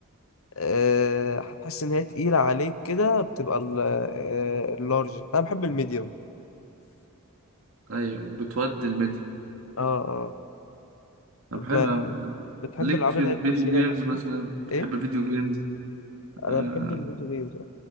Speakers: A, on the left; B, on the right.
A: آه، هتحس ان هي تقيلة عليك كده بتبقى ال- آه، اللارج انا بحب الميديوم
B: ايوه بتودي الميديا
A: اه اه
B: طب
A: ب-
B: حلو يا عم
A: بتحب
B: ليك
A: العاب
B: في
A: اللي
B: الفيديو
A: هي الكوتشينة
B: جيمز
A: والحاجات
B: مثلا
A: دي؟
B: بتحب
A: ايه
B: الفيديو جيمز
A: انا
B: آه
A: بحب الفيديو جيمز